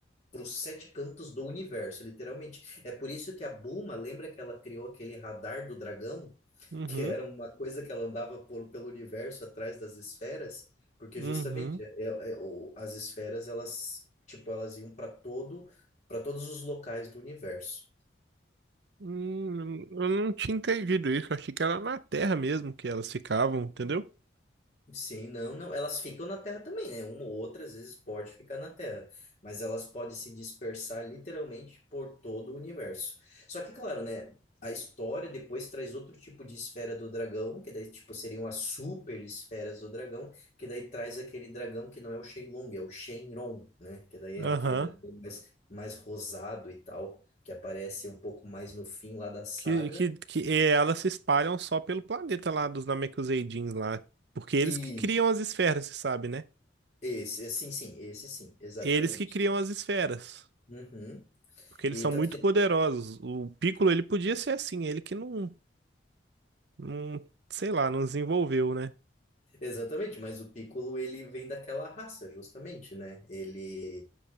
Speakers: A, on the left; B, on the right.
A: para os sete cantos do universo, literalmente. É por isso que a Buma lembra que ela criou aquele radar do dragão, <laughs>
B: Uhum,
A: que era uma coisa que ela andava por, pelo universo atrás das esferas, porque
B: uhum.
A: justamente é- é- é, o- as esferas elas tipo elas iam para todo para todos os locais do universo.
B: Hum, eu não tinha entendido isso, achei que era na Terra mesmo que elas ficavam, entendeu?
A: Sim, não, não. Elas ficam na Terra também, né? Uma ou outra, às vezes, pode ficar na Terra, mas elas podem se dispersar literalmente por todo o universo. Só que, claro, né? A história depois traz outro tipo de esfera do dragão, que daí, tipo, seriam as super esferas do dragão, que daí traz aquele dragão que não é o Shenlong, é o Shenron, né? Que daí é
B: Aham.
A: aquele dragão mais, mais rosado e tal, que aparece um pouco mais no fim lá da saga.
B: Que, que, que é, elas se espalham só pelo planeta lá dos Namekuseidins lá. Porque eles
A: E
B: que criam as esferas, você sabe, né?
A: esse, sim, sim, esse sim, exatamente.
B: Eles que criam as esferas.
A: Uhum.
B: Porque eles
A: E
B: são
A: tanto
B: muito
A: que,
B: poderosos. O Piccolo, ele podia ser assim. Ele que não, não sei lá, não desenvolveu, né?
A: exatamente, mas o Piccolo ele vem daquela raça, justamente, né? Ele,